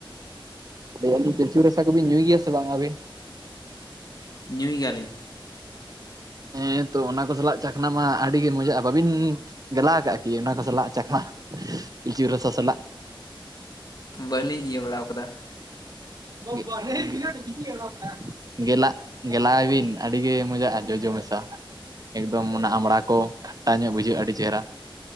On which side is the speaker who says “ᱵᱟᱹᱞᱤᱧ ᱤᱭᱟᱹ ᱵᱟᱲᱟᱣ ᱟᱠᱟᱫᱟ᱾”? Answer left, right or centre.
Left